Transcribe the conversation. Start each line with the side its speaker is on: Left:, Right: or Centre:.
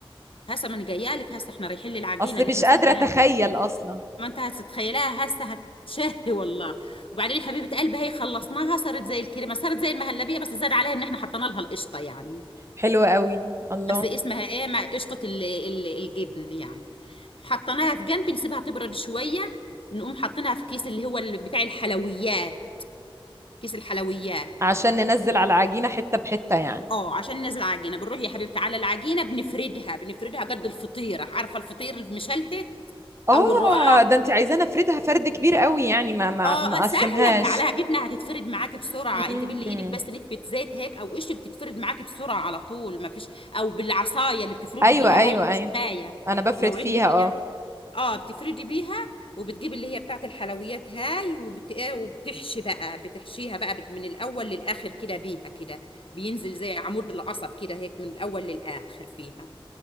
Left: هسه ما انا جايه لك هسه احنا رايحين للعجينه
Right: اصل
Left: اللي
Right: مش
Left: احنا سبناها
Right: قادرة اتخيل اصلا
Left: ما انت هتتخيلها هسه هتشهي والله وبعدين يا حبيبه قلبي هي خلصناها صارت زي الكريمه صارت زي المهلبيه بس زاد عليها ان احنا حطينا لها القشطه يعني
Right: حلوة قوي الله
Left: بس اسمها ايه مع قشطه ال- ال- الجبن يعني حطيناها في جنب نسيبها تبرد شويه نقوم حاطينها في كيس اللي هو اللي بتاع الحلويات كيس الحلويات
Right: عشان ننزل على العجينة حتة بحتة يعني
Left: اه عشان نازله عجينه بنروح يا حبيبتي على العجينه بنفردها بنفردها قد الفطيره عارفه الفطير المشلتت
Right: اه
Left: او الرقاق
Right: ده انت عايزاني افردها فرد كبير قوي يعني ما ما
Left: اه
Right: ما
Left: آه، سهله
Right: اقسمهاش
Left: ما هي عليها جبنه هتتفرد معاكي بسرعه
Right: مم.
Left: انت باللي ايدك بس نتفه زيت هيك او قش بتتفرد معاكي بسرعه على طول ما فيش او بالعصايه اللي بتفردوا
Right: ايوه
Left: بيها
Right: ايوه
Left: هاي المشفايه
Right: ايوه انا بفرد
Left: لو
Right: فيها
Left: عندك اياها
Right: اه
Left: اه بتفردي بيها وبتجيب اللي هي بتاعت الحلويات هاي وبت... إيه، وبتحشي بقى بتحشيها بقى بت... من الاول للاخر كده بيها كده بينزل زي عمود القصب كده هيك من الاول للاخر فيها